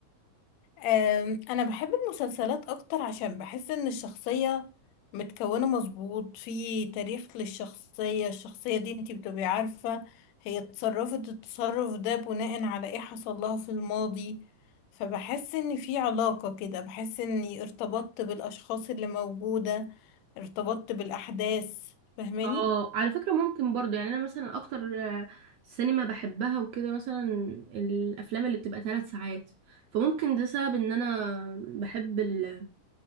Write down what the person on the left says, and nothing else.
أم، انا بحب المسلسلات اكتر عشان بحس ان الشخصية متكونة مظبوط في تاريخ للشخصية الشخصية دي انتي بتبقي عارفة هي اتصرفت التصرف ده بناء على ايه حصل لها في الماضي فبحس ان في علاقة كده بحس اني ارتبطت بالاشخاص اللي موجودة ارتبطت بالاحداث فاهماني